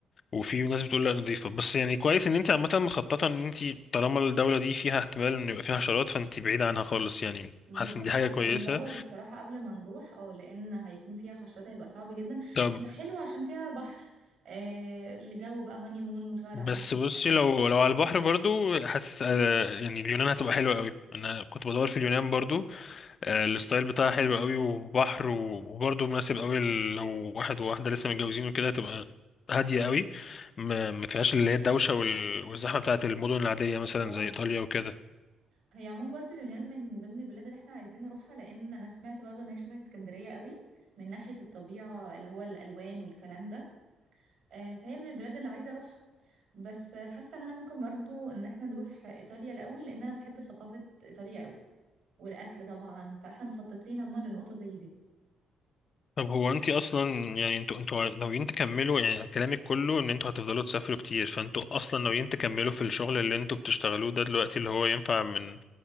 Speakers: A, on the left; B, on the right.
A: وفي ناس بتقول لا نضيفة بس يعني كويس ان انت عامة مخططة ان انت طالما الدولة دي فيها احتمال ان يبقى فيها حشرات فانت بعيدة عنها خالص يعني
B: بالظبط
A: حاسس ان دي حاجة
B: فاحنا
A: كويسة
B: بندور الصراحة قبل ما نروح اه لأن هيكون فيها حشرات هيبقى صعب جدا
A: طب
B: هي حلوة عشان فيها بحر آه الجو بقى هوني مون وشهر
A: بس
B: عسل والكلام
A: بصي لو
B: ده
A: لو على البحر برضو حاسس آه، يعني اليونان هتبقى حلوة قوي انا كنت بدور في اليونان برضو آه، الستايل بتاعها حلو قوي وبحر و- وبرضه مناسب قوي ل- لو واحد وواحدة لسه متجوزين وكده تبقى هادية قوي ما ما فيهاش اللي هي الدوشة وال- والزحمة بتاعة المدن العادية مثلا
B: اه
A: زي إيطاليا وكده
B: هي عموما برضو اليونان من ضمن البلاد اللي احنا عايزين نروحها لأن أنا سمعت برضو إن هي شبه اسكندرية قوي من ناحية الطبيعة اللي هو الألوان والكلام ده آه فهي من البلاد اللي عايزة أروحها بس حاسة إن أنا ممكن برضو إن احنا نروح إيطاليا الأول لأن أنا بحب ثقافة إيطاليا قوي والأكل طبعا فاحنا مخططين عموما لنقطة زي دي
A: طب هو انت اصلا يعني انتوا انتوا ناويين تكملوا يعني كلامك كله ان انتوا هتفضلوا تسافروا كتير فانتوا اصلا ناويين تكملوا في الشغل اللي انتوا بتشتغلوه ده دلوقتي اللي هو ينفع من